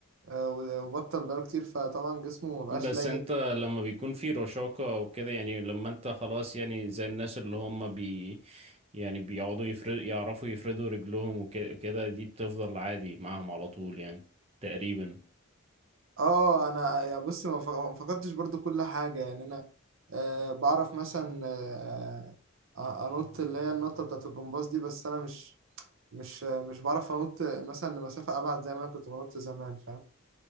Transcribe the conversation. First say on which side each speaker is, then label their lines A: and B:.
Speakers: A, on the right; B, on the right.
A: آه، وبطل بقاله كتير فطبعا جسمه مبقاش
B: بس
A: لين
B: انت لما بيكون في رشاقة او كده يعني لما انت خلاص يعني زي الناس اللي هم بي يعني بيقعدوا يفرد يعرفوا يفردوا رجلهم وكده دي بتفضل عادي معاهم على طول يعني تقريبا
A: اه انا يعني بص ما ف- ما فقدتش برضو كل حاجه يعني انا آه بعرف مثلا آه آه، انط اللي هي النطه بتاعت الجمباز دي بس انا مش مش مش بعرف انط مثلا لمسافه ابعد زي ما انا كنت بنط زمان فاهم